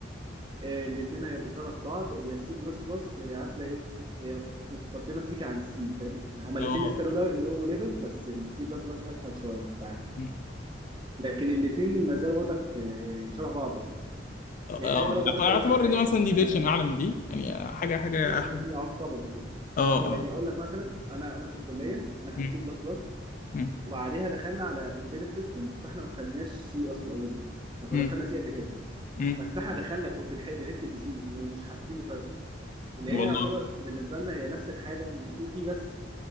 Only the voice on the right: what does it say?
الاثنين هيبقوا شبه بعض هي سي بلس بلس عارفه ايه هي متقدمه سيكا عن السي فاهم يعني هما
الاثنين لسه لو لو ليفل بس السي بلس بلس اسهل شويه في التعامل
لكن الاثنين ما زالوا وضعك آه، شبه بعض اصلا
يعني خلي بالك وضعك
اقول لك على حاجه
يعني
انا
لا يعتبر
يعتبر
يعني اقول لك مثلا انا انا في الكليه انا خدت
سي بلس بلس
وبعديها دخلنا على embedded systems فاحنا ما خدناش سي اصلا اوريدي ما كناش
خدنا سي قبل كده
بس احنا دخلنا كو- بنح- بنكتب بسي ومش حاسين بفرق اللي هي
يعتبر بالنسبه لنا هي نفس الحاجه إن في في بس